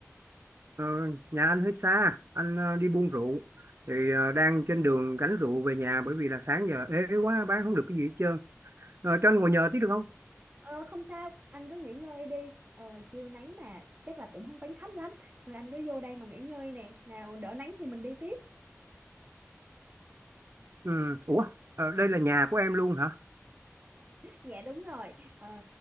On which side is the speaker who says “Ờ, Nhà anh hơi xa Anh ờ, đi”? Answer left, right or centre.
Right